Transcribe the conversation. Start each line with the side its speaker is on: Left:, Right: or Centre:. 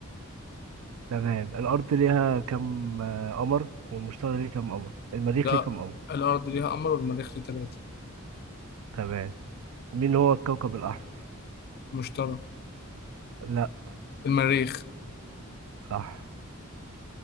Right: تمام الارض ليها كم آه، قمر والمشتري ليه كم قمر المريخ
Left: لا
Right: ليه كم قمر
Left: الأرض ليها قمر والمريخ ليه تلاتة
Right: تمام مين هو الكوكب الاحمر
Left: مشتري
Right: لا
Left: المريخ
Right: صح